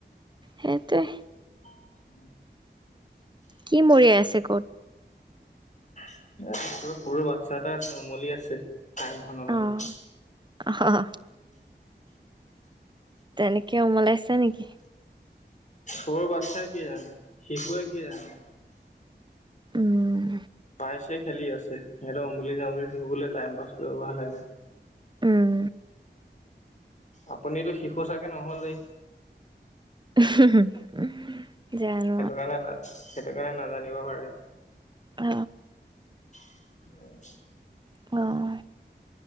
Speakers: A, on the right; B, on the left.
A: সেইটোৱে।
B: উম।
A: কি মৰিয়াই আছে ক'ত?
B: এ, ওচৰত সৰু বাচ্ছা এটা আছে উমলি আছে, কাঁহীখনৰ লগত।
A: অ অ হ হ তেনেকে ওমলাইছে নেকি?
B: সৰু বাচ্ছাই কি জানে, শিশুৱে কি জানে।
A: উমম
B: পাইছে খেলি আছে, সিহঁতে উমুলি যামুলি থাকিবলে টাইম পাছ কৰিবহে লাগে।
A: উম
B: আপুনিতো শিশু চাগে নহলেই?
A: উম হু হু জানো
B: সেইটো কাৰণে নাজ সেইটো কাৰণে নাজানিব পাৰে।
A: অ
B: উম
A: অ'